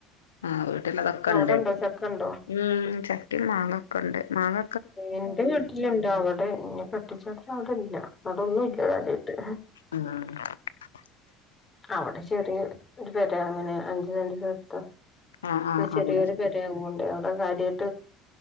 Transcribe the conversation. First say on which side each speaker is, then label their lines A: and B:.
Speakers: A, on the left (about 85°); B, on the left (about 25°).
A: ആഹ് വീട്ടില് അതൊക്കെ
B: അവിടെണ്ടോ
A: ഇണ്ട് അതോണ്ട്
B: ചക്കണ്ടോ
A: ഉം ചക്കിം മാങ്ങൊക്കെ ഇണ്ട് മാങ്ങ
B: എന്റെ വീട്ടില്ണ്ട് അവടെ ഇന്നെ കെട്ടിച്ചോട്ത്ത് അവിടെ ഇല്ല അവിടൊന്നും ഇല്ല കാര്യായിട്ട്
A: ആഹ്
B: അവടെ ചെറിയ ഒരു പെര അങ്ങനെ അഞ്ച് സെന്റ് സ്ഥലത്ത്
A: ആഹ് ആഹ്
B: ചെറിയൊരു
A: അവിടെ
B: പെര യിവോണ്ട് അവടെ കാര്യാ